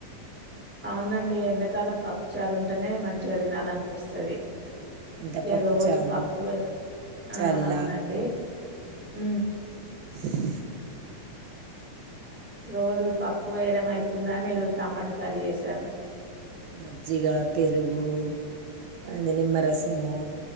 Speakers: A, in the centre; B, on the right (about 75°).
A: అవునండి ఎండాకాలం పప్పు చారు ఉంటేనే మంచిగా తినాలనిపిస్తది
B: ఇంత
A: ఇంకా
B: పప్పు
A: రోజు
B: చారు
A: పప్పు
B: చల్ల
A: ఆ అవునండి ఉ
B: స్
A: రోజు పప్పువేయడం అయితుందని ఈరోజు టమాట కర్రీ చేశాను
B: మజ్జిగ, పెరుగు అది నిమ్మరసము